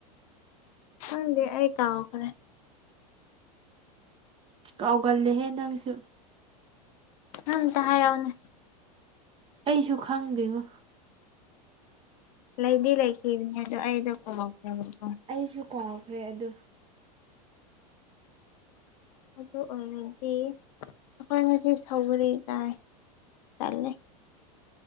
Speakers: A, on the left (about 70°); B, on the right (about 25°).
A: ꯈꯪꯗꯦ ꯑꯩ ꯀꯥꯎꯈꯔꯦ
B: ꯀꯥꯎꯒꯜꯂꯦꯍꯦ ꯅꯪꯁꯨ
A: ꯅꯪ ꯑꯝꯇ ꯍꯥꯏꯔꯛꯑꯣꯅꯦ
B: ꯑꯩꯁꯨ ꯈꯪꯗꯦꯉꯣ
A: ꯂꯩꯗꯤ ꯂꯩꯈꯤꯕꯅꯦ ꯑꯗꯣ ꯑꯩꯗꯣ ꯀꯥꯎꯈꯥ꯭ꯔꯕꯀꯣ
B: ꯑꯩꯁꯨ ꯀꯥꯎꯈ꯭ꯔꯦ ꯑꯗꯨ
A: ꯑꯗꯨ ꯑꯣꯏꯔꯗꯤ ꯑꯈꯣꯏ ꯉꯁꯤ ꯁꯧꯒꯤꯔꯤ ꯆꯥꯏ ꯇꯟꯂꯦ